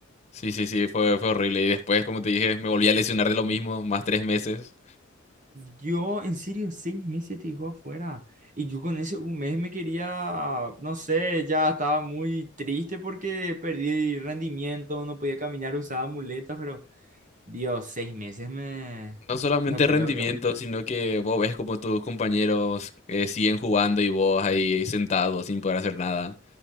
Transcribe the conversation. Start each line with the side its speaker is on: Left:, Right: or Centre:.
Left: Sí, sí, sí, fue, fue horrible. Y después, como te dije, me volví a lesionar de lo mismo, más tres meses.
Right: Yo, en serio, seis meses te dejó afuera. Y yo con ese un mes me quería, no sé, ya estaba muy triste porque perdí rendimiento, no podía caminar, usaba muletas, pero Dios, seis meses me...
Left: No solamente
Right: No creo
Left: rendimiento,
Right: que...
Left: sino que vos ves como tus compañeros eh, siguen jugando y vos ahí sentado sin poder hacer nada.